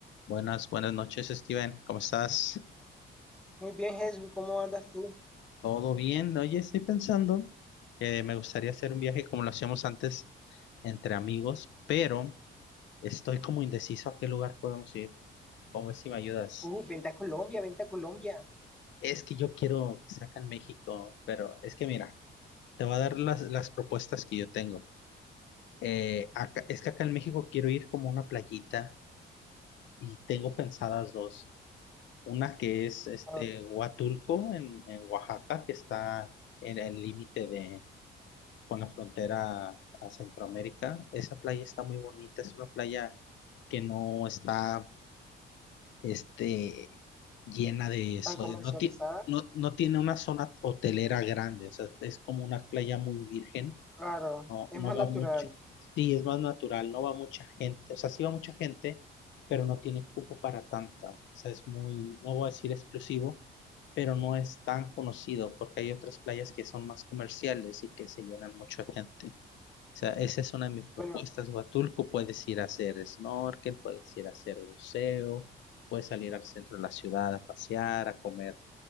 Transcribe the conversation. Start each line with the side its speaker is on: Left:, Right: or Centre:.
Left: Buenas, buenas noches, Steven. ¿Cómo estás?
Centre: Muy bien, Jesús, ¿cómo andas tú?
Left: ¿Todo bien? Oye, estoy pensando que me gustaría hacer un viaje como lo hacíamos antes entre amigos, pero estoy como indeciso a qué lugar podemos ir. ¿Cómo ves si me ayudas?
Centre: Uh, vente a Colombia, vente a Colombia.
Left: Es que yo quiero que sea México, pero es que mira, te voy a dar las, las propuestas que yo tengo. Eh, acá- es que acá en México quiero ir como a una playita y tengo pensadas dos. Una que es este
Centre: Ah,
Left: Huatulco en, en Oaxaca, que está en el límite de con la frontera a Centroamérica. Esa playa está muy bonita, es una playa que no está este llena de eso,
Centre: tan comercializada,
Left: no, ti- no, no tiene una zona hotelera grande, o sea, es como una playa muy virgen,
Centre: claro,
Left: no,
Centre: es
Left: no
Centre: más
Left: va
Centre: natural.
Left: mucha, sí, es más natural, no va mucha gente, o sea, sí va mucha gente, pero no tiene cupo para tanta, o sea, es muy, no voy a decir exclusivo pero no es tan conocido porque hay otras playas que son más comerciales y que se llenan mucho de gente. O sea, esa es una de mis propuestas.
Centre: Bueno,
Left: Huatulco, puedes ir a hacer snorkel, puedes ir a hacer buceo, puedes salir al centro de la ciudad a pasear, a comer